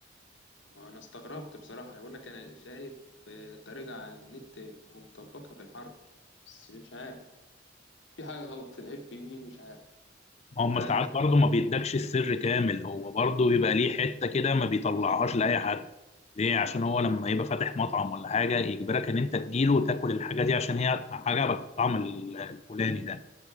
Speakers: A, on the left; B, on the left.
A: انا استغربت بصراحه انا بقول لك انا شايف آه، الطريقه على النت ومطبقها في الحرب بس مش عارف في حاجه غلط العيب في مين مش عارف
B: هم
A: انت
B: ساعات
A: بتحب
B: برضه ما بيدكش السر كامل هو برضه بيبقى ليه حته كده ما بيطلعهاش
A: مم.
B: لاي حد ليه عشان هو لما يبقى فاتح مطعم ولا حاجه يجبرك ان انت تجيله وتاكل الحاجه دي عشان هي عجبك الطعم ال- الفلاني ده